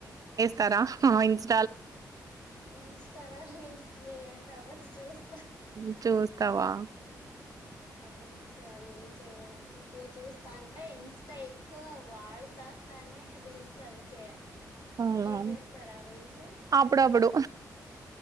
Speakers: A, on the right; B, on the left.
A: తరా హాయిన్స్
B: ఇన్స్టాలో రీల్స్ చేయను కాపోతే చూస్
A: నువ్ చూస్తావా
B: ఆ రీల్స్ అవి ఇవి చేయను ఉట్టిగా చూస్తా అంటే ఇన్స్టా ఎక్కువ వాడుతా, అ కానే రీల్స్ అవి చేయ
A: అవునా
B: మీరు చేస్తారా రీల్స్
A: అప్పుడప్పుడు